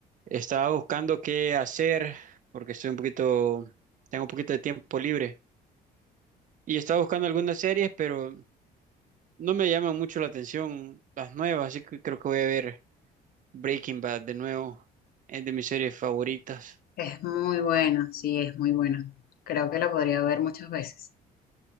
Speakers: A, on the right (about 50°); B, on the left (about 60°).
A: Estaba buscando qué hacer porque estoy un poquito, tengo un poquito de tiempo libre. Y estaba buscando algunas series, pero no me llaman mucho la atención las nuevas, así que creo que voy a ver Breaking Bad de nuevo. Es de mis series favoritas.
B: Es muy buena, sí, es muy buena. Creo que la podría ver muchas veces.